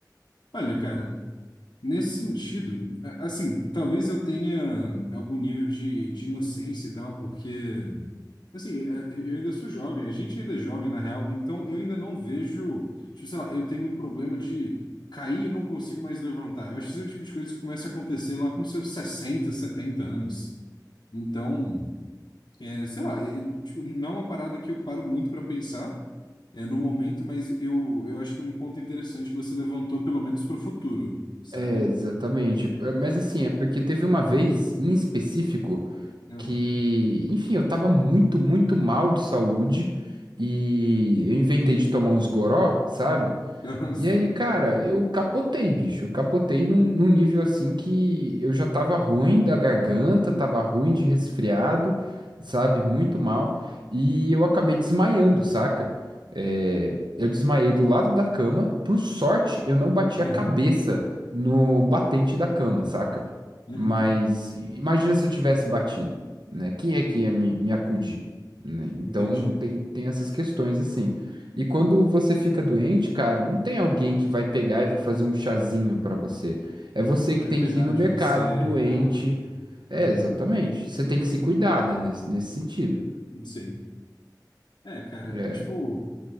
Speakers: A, on the left (about 75°); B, on the right (about 85°).
A: Olha, cara. Nesse sentido, a- assim, talvez eu tenha algum nível de, de inocência e tal, porque, assim, é, eu ainda sou jovem, a gente ainda é jovem, na real, então eu ainda não vejo, tipo, sei lá, eu tenho um problema de cair e não consigo mais levantar. Eu acho que esse é o tipo de coisa que começa a acontecer lá com seus 60, 70 anos. Então, é, sei lá, é, tipo, não é uma parada que eu paro muito para pensar, é, no momento, mas eu, eu acho que é um ponto interessante que você levantou, pelo menos para o futuro, sabe?
B: É, exatamente. É, Mas assim, é porque teve uma vez em específico.
A: É,
B: que, enfim, eu tava muito, muito mal de saúde e eu inventei de tomar uns goró, sabe?
A: <laughs> Aham,
B: E
A: só.
B: aí, cara, eu capotei, bicho. Eu capotei num, num nível assim que eu já tava ruim da garganta, tava ruim de resfriado, sabe? Muito mal. E eu acabei desmaiando, saca? É, eu desmaiei do lado da cama. Por sorte, eu não bati
A: Aham.
B: a cabeça no batente da cama, saca?
A: Uhum.
B: Mas i- imagina se eu tivesse batido, né? Quem é que ia me, me acudir? né? Então
A: Entendi.
B: tem, tem essas questões assim. E quando você fica doente, cara, não tem alguém que vai pegar e vai fazer um chazinho pra você. É você
A: Vai
B: que tem
A: cuidar
B: que ir no
A: de
B: mercado
A: você
B: doente.
A: e tal.
B: É,
A: Uhum.
B: exatamente. Você tem que se cuidar, né, nesse, nesse sentido.
A: Sim. É, cara,
B: É.
A: e, tipo,